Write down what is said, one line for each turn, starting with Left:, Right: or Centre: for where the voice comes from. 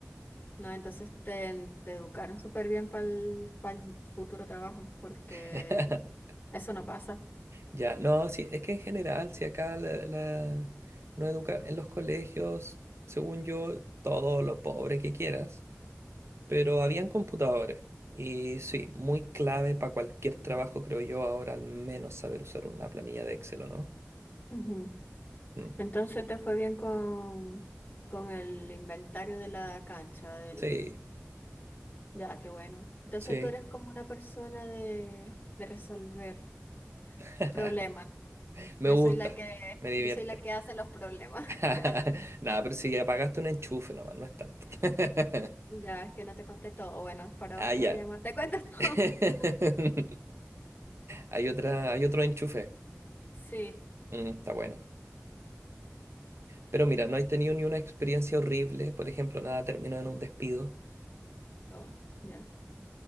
Left: No, entonces te, te educaron súper bien para el, futuro trabajo, porque
Right: <laughs>
Left: eso no pasa.
Right: Ya, no, sí, es que en general, si acá la, la- no educa en los colegios, según yo, todo lo pobre que quieras, pero habían computadores. Y sí, muy clave para cualquier trabajo, creo yo, ahora al menos saber usar una planilla de Excel, ¿o no?
Left: Ujú.
Right: Mm,
Left: Entonces te fue bien con, con el inventario de la cancha, del
Right: sí,
Left: Ya, qué bueno. Entonces
Right: sí.
Left: tú eres como una persona de, de resolver
Right: <laughs>
Left: problemas.
Right: Me
Left: Yo
Right: gusta,
Left: soy la que,
Right: me divierte.
Left: yo soy la que hace los problemas.
Right: <laughs>
Left: <laughs>
Right: Nada, pero si apagaste un enchufe nomás, no es tanto.
Left: Ya,
Right: <laughs>
Left: es que no te conté todo. Bueno, para
Right: Ah,
Left: otro
Right: ya.
Left: llamado. ¿Te cuento
Right: <laughs>
Left: todo? <laughs>
Right: Hay otra, hay otro enchufe.
Left: Sí.
Right: Mm, está bueno. Pero mira, no has tenido ni una experiencia horrible, por ejemplo, nada terminó en un despido,
Left: Oh, ya.